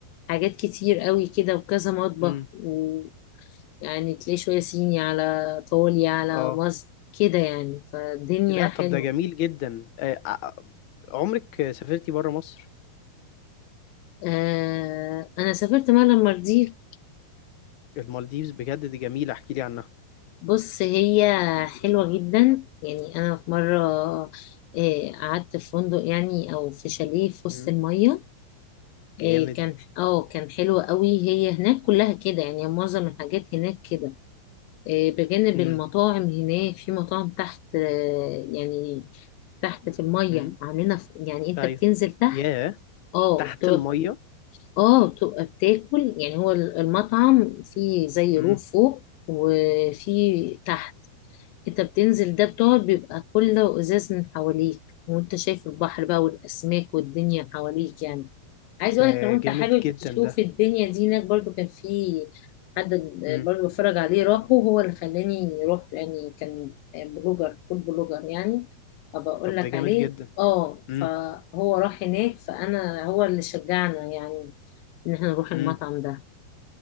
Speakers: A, on the left (about 85°); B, on the left (about 65°).
A: حاجات كتير قوي كده وكذا مطبخ
B: امم
A: ويعني تلاقي شوية صيني على طولي على
B: اه
A: مصر كده يعني فالدنيا
B: لا
A: حلوة
B: طب ده جميل جدا آه، آه، آه، عمرك سافرتي بره مصر
A: آه انا سافرت مرة المالديف
B: المالديفز بجد دي جميلة احكي لي عنها
A: بص هي حلوة جدا يعني أنا في مرة آه، قعدت في فندق يعني أو في شاليه في وسط
B: مم.
A: المية آه،
B: جامد
A: كان اه كان حلو قوي هي هناك كلها كده يعني معظم الحاجات هناك كده آه، بجانب
B: امم
A: المطاعم هناك في مطاعم تحت آه، يعني تحت في المية
B: امم
A: عاملينها في- يعني أنت
B: ايوه
A: بتنزل تحت
B: ياه
A: اه وبتبقى
B: تحت المية
A: اه بتبقى بتاكل يعني هو المطعم فيه زي
B: امم
A: روف فوق وفي تحت انت بتنزل ده بتقعد بيبقى كله ازاز من حواليك وانت شايف البحر بقى والاسماك والدنيا حواليك يعني عايز
B: ده
A: اقولك لو انت
B: جامد
A: حابب
B: جدا
A: تشوف
B: ده
A: الدنيا دي هناك برضو كان في حد
B: امم
A: برضو بتفرج عليه راحه هو اللي خلاني رحت يعني كان بلوجر فود بلوجر يعني ابقى اقول
B: طب
A: لك
B: ده جامد
A: عليه
B: جدا
A: اه
B: امم
A: فهو راح هناك فانا هو اللي شجعنا يعني ان احنا نروح المطعم
B: امم
A: ده